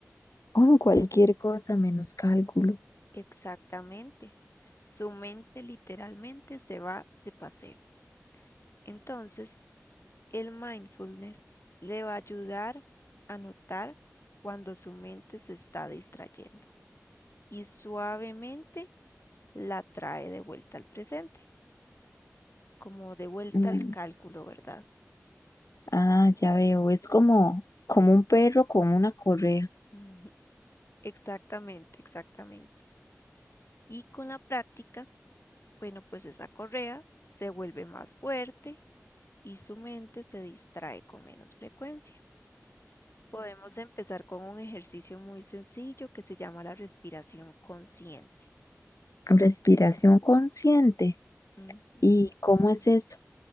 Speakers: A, on the left; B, on the left.
A: o en cualquier cosa menos cálculo.
B: Exactamente. Su mente literalmente se va de paseo. Entonces, el mindfulness le va a ayudar a notar cuando su mente se está distrayendo y suavemente la trae de vuelta al presente. como de vuelta
A: Mm,
B: al cálculo, ¿verdad?
A: ah, ya veo, es como, como un perro con una correa.
B: Ujú, Exactamente, exactamente. Y con la práctica, bueno, pues esa correa se vuelve más fuerte y su mente se distrae con menos frecuencia. Podemos empezar con un ejercicio muy sencillo que se llama la respiración consciente.
A: Respiración consciente.
B: Ujú.
A: ¿Y cómo es eso?